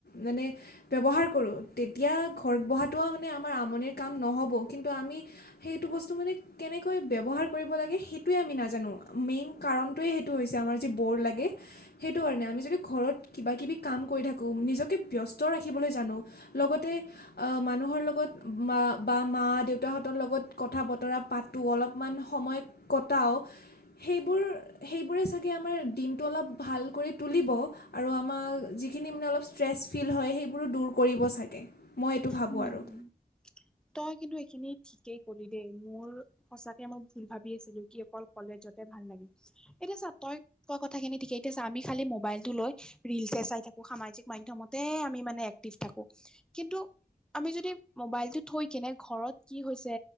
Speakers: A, on the left (about 80°); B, in the centre.
A: মানে ব্যৱহাৰ কৰো তেতিয়া ঘৰত বহাটো মানে আমাৰ আমনিৰ কাম নহ'ব। কিন্তু আমি সেইটো বস্তু মানে কেনেকৈ ব্যৱহাৰ কৰিব লাগে সেইটোৱে আমি নাজানো। মেইন কাৰণ সেইটোৱেই সেইটো হৈছে আমাৰ যি বৰ লাগে। সেইটো কাৰণে আমি যদি ঘৰত কিবা কিবি কাম কৰি থাকোঁ নিজকে ব্যস্ত ত ৰাখিবলৈ জানো। লগতে আ মানুহৰ লগত মা বা মা-দেউতাহঁতৰ লগত কথা বতৰা পাত তো অলপমান সময় কটাও। সেইবোৰ সেইবোৰে চাগে আমাৰ দিনটো অলপ ভাল কৰি তুলিব। আৰু আমাক যিখিনি মানে অলপ ষ্ট্ৰেছ ফিল হয় সেইবোৰো দূৰ কৰিব চাগে। মই এইটো ভাবো
B: উম
A: আৰু।
B: তই কিন্তু এইখিনি ঠিকেই কলি দেই। মোৰ সঁচাকে মই ভুল ভাবি আছিলো কি অকল কলেজতে ভাল লাগে। এতিয়া চা তই কোৱা কথাখিনি ঠিকে। এতিয়া আমি খালি মোবাইলটো লৈ ৰীলচহে চাই থাকো, সামাজিক মাধ্যমতে আমি মানে এক্টিভ থাকো। কিন্তু আমি যদি মোবাইলটো থৈ কিনে ঘৰত কি হৈছে